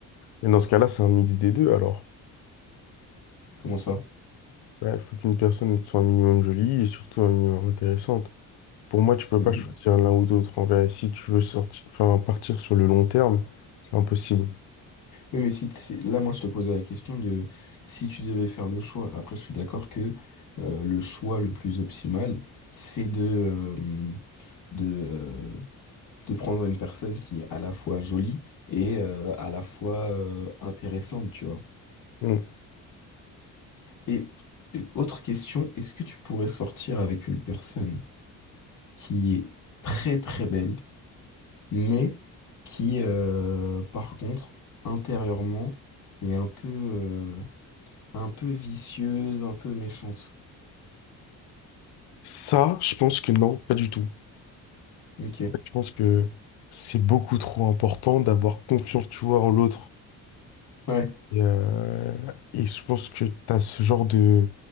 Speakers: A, on the left (about 70°); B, on the left (about 50°).
A: Mais dans ce cas-là, c'est un mix des deux, alors.
B: Comment ça?
A: Il faut qu'une personne soit un minimum jolie et surtout un minimum intéressante. Pour moi, tu peux
B: Oui,
A: pas choisir l'un ou l'autre. En vrai, si tu veux sortir, enfin, partir sur le long terme, c'est impossible.
B: Oui, mais si t- c'est- là, moi, je te posais la question de si tu devais faire le choix. Après, je suis d'accord que euh, le choix le plus optimal, c'est de, euh, de, euh, de prendre une personne qui est à la fois jolie et euh, à la fois euh, intéressante, tu vois.
A: Mm.
B: Et, et autre question, est-ce que tu pourrais sortir avec une personne qui est très très belle? mais qui, euh, par contre, intérieurement, est un peu, euh, un peu vicieuse, un peu méchante.
A: Ça, je pense que non, pas du tout.
B: Ok.
A: Je pense que c'est beaucoup trop important d'avoir confiance, tu vois, en l'autre.
B: Ouais.
A: Et, euh, et je pense que tu as ce genre de,